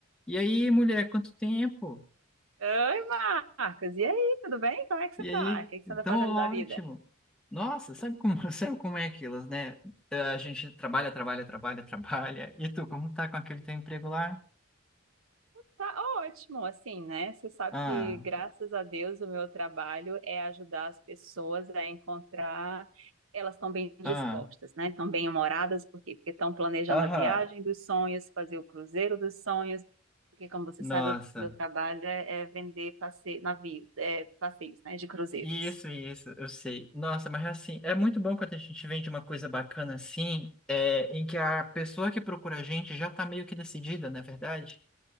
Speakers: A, in the centre; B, on the right.
A: E aí, mulher, quanto tempo?
B: Oi, Marcos. E aí, tudo bem? Como é que você
A: E
B: tá?
A: aí,
B: O que que você anda
A: tão
B: fazendo
A: ótimo.
B: da vida?
A: Nossa, sabe como, <laughs> sabe como é aquilo, né? Eh, A gente trabalha, trabalha, trabalha, trabalha. E tu, como tá com aquele teu emprego lá?
B: Tá ótimo, assim, né? Você sabe
A: Ah,
B: que, graças a Deus, o meu trabalho é ajudar as pessoas a encontrar. Elas estão bem dispostas,
A: ah,
B: né? Estão bem humoradas, por quê? Porque estão planejando
A: aham.
B: a viagem dos sonhos, fazer o cruzeiro dos sonhos. Porque, como você
A: Nossa,
B: sabe, o meu trabalho é é vender passe... navios, é, passeios, né? De cruzeiros.
A: isso, isso, eu sei. Nossa, mas assim, é muito bom quando a gente vende uma coisa bacana assim, é, em que a pessoa que procura a gente já tá meio que decidida, não é verdade?